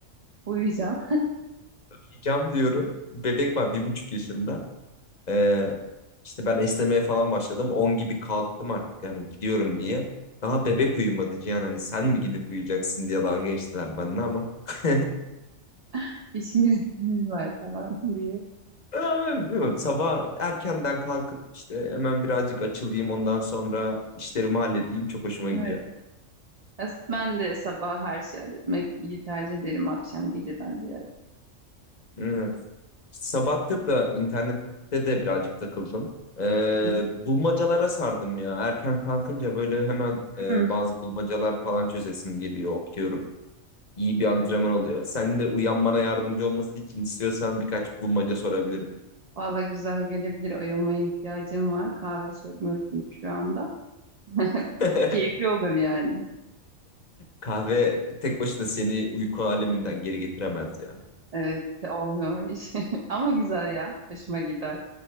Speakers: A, on the right; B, on the left.
A: uyuyacağım.
B: Yiyeceğim diyorum. Bebek var bir buçuk yaşında. Ee, işte ben esnemeye falan başladım. 10 gibi kalktım artık yani gidiyorum diye. Daha bebek uyumadı Cihan hani sen mi gidip uyuyacaksın diye dalga geçtiler benimle ama. <laughs>
A: <laughs> İşimiz gücümüz var falan diye.
B: Ama bilmiyorum, Sabah erkenden kalkıp işte hemen birazcık açılayım ondan sonra işlerimi halledeyim çok hoşuma gidiyor.
A: Evet. As- Ben de sabah her şeyi halletmeyi tercih ederim akşam geceden ziyade.
B: Evet. Sabahtır da internette de birazcık takıldım. Ee,
A: Hı
B: bulmacalara sardım ya. Erken kalkınca böyle hemen e,
A: hı.
B: bazı bulmacalar falan çözesim geliyor, okuyorum. İyi bir antrenman
A: Evet.
B: oluyor. Sen de uyanmana yardımcı olması için istiyorsan birkaç bulmaca sorabilirim.
A: Valla güzel gelebilir. Ayılmaya ihtiyacım var. Kahve sökmüyor çünkü şu anda. <laughs>
B: <laughs>
A: Keyifli olur yani.
B: Kahve tek başına seni uyku aleminden geri getiremez ya.
A: Evet, olmuyor o iş. <laughs> Ama güzel ya. Hoşuma gider.